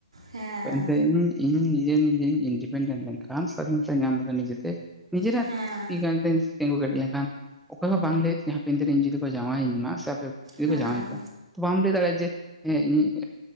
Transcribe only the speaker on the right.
ᱦᱮᱸ
ᱦᱮᱸ
ᱦᱮᱸ